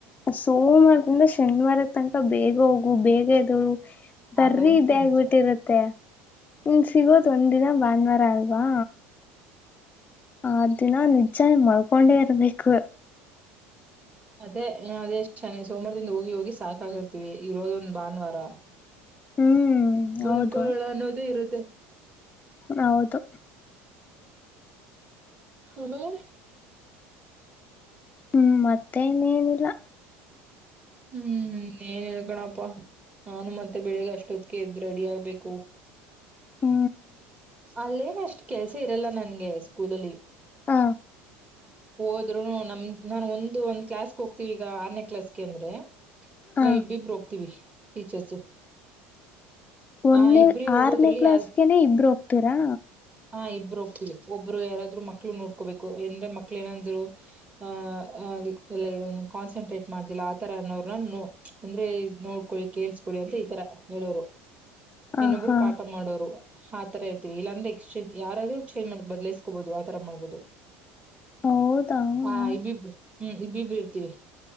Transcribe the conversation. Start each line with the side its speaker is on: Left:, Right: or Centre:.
Left: ಸೋಮವಾರದಿಂದ ಶನಿವಾರ ತನಕ ಬೇಗ ಹೋಗು ಬೇಗ ಎದ್ದೇಳು ಬರ್ರಿ
Right: ಅದಂತು
Left: ಇದೆ
Right: ನಿಜ
Left: ಆಗ್ಬಿಟ್ಟಿರತ್ತೆ ಹು ಸಿಗೋದು ಒಂದಿನ ಭಾನುವಾರ ಅಲ್ವಾ ಅ ದಿನ ನಿಜ ಮಳ್ಕೊಂಡೇ ಇರ್ಬೇಕು
Right: ಅದೇ ಅದೇ ಶನಿ ಸೋಮವಾರದಿಂದ ಹೋಗಿ ಹೋಗಿ ಸಾಕಾಗಿರ್ತಿವಿ ಇರೋದೊ ಒಂದ ಭಾನುವಾರ
Left: ಹ್ಮ್
Right: ಮಲ್ಕೋಳ
Left: ಹೌದು
Right: ಅನ್ನೋದೇ ಇರುತ್ತೆ
Left: ಹೌದು
Right: ಅಮೇಲೆ
Left: ಹೂ ಮತ್ತೆ ಇನ್ ಎನಿಲ್ಲ
Right: ಹೂ ಏನ್ ಹೇಳ್ಕಣಪ್ಪಾ ನಾನು ಮತ್ತೆ ಬೆಳಿಗ್ ಅಷ್ಟೊತ್ತಿಗೆ ಎದ್ದ್ ರೆಡಿ ಆಗ್ಬೇಕು
Left: ಹೂ
Right: ಅಲ್ಲೇನ ಅಷ್ಟ್ ಕೆಲ್ಸ ಇರಲ್ಲ ನನ್ಗೆ ಸ್ಕೂಲಲ್ಲಿ
Left: ಹಾ
Right: ಹೋದ್ರು ನಮ ನಾನ್ ಒಂದು ಒಂದ್ ಕ್ಲಾಸ್ಗೆ ಹೋಗ್ತೀವಿ ಈಗ ಆರನೇ ಕ್ಲಾಸ್ಗೆ ಅಂದ್ರೆ
Left: ಹ
Right: ನಾ ಇಬ್ಬಿಬ್ರು ಹೋಗತಿವಿ ಟೀಚರ್ಸು
Left: ಒಂದ
Right: ಆ ಇಬ್ರಿ ಹೋಗೋದ್ರಲ್ಲಿ
Left: ಆರನೇ ಕ್ಲಾಸ್ಗೆನೆ
Right: ಯ
Left: ಇಬ್ರು ಹೋಗ್ತೀರಾ
Right: ಹಾ ಇಬ್ಬರು ಹೋಗ್ತಲಿ ಒಬ್ರು ಯಾರಾದ್ರು ಮಕ್ಳು ನೋಡ್ಕೋಬೇಕು ಎಂದ್ರೆ ಮಕ್ಳ ಏನಾದ್ರು ಆಹ ಎಲ್ಲ ಕಾನ್ಸಂಟ್ರೇಟ್ ಮಾಡ್್ದಿಲ್ಲ ಆತರನ್ನೋ್ರನೋ ಅಂದ್ರೆ ನೋಡ್ಕೊಳ್ಳಿ ಕೇಳ್ಸ್ಕೋಳ್ಳಿ ಅಂತ ಈತರ ಹೇಳೋರು
Left: ಹ
Right: ಇನ್ನೊಬ್ರು
Left: ಹಾ
Right: ಪಾಠ ಮಾಡೋರು ತರ ಇರ್ತಿವಿ ಇಲ್ಲಂದ್ರೆೇ ಎಕ್ಸ್ಚೇಂಜ್ ಯಾರಾದ್ರೂ ಚೇಂಜ್ ಮಾಡಬೋದು ಬದಲೇಸ್ಕೋಬಹುದು ಆ ತರ ಮಾಡ್ಬಹುದು
Left: ಹೌದಾ ಹ್ಮ್
Right: ಹಾ ಇಬ್ಬಿಬ್ರು ಹೂ ಇಬ್ಬೀರು ಇರ್ತೀವಿ